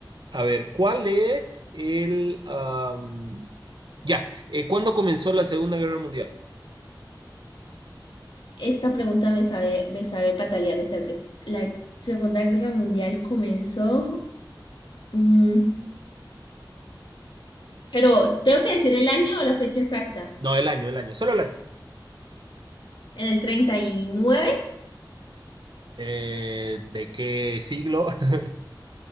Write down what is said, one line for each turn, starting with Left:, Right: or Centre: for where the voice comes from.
Right: A ver, ¿cuál es el... am, ya, eh, ¿cuándo comenzó la Segunda Guerra Mundial?
Left: Esta pregunta me sabe, me sabe patalear de certe. La Segunda Guerra Mundial comenzó, mm, pero tengo que decir el año o la fecha exacta.
Right: No, el año, el año, solo el año.
Left: En el 39,
Right: Eh, ¿de qué siglo? <laughs>